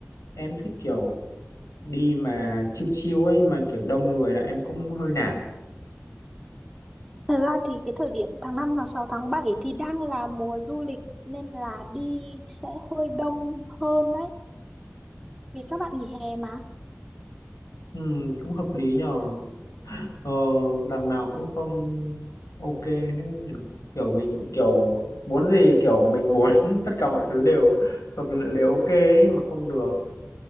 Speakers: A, on the left; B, in the centre.
A: em thích kiểu đi mà chiêu chiêu ấy mà kiểu đông người là em cũng hơi nản
B: Thật ra thì cái thời điểm tháng 5 tháng 6 tháng 7 thì đang là mùa du lịch nên là đi sẽ hơi đông hơn đấy. Vì các bạn nghỉ hè mà.
A: ừ, cũng hợp lý nhờ ờ, đằng nào cũng không ok hết nhờ kiểu mình kiểu muốn gì kiểu mình muốn <laughs> tất cả mọi thứ đều hợp lệ đều ok ấy, mà không được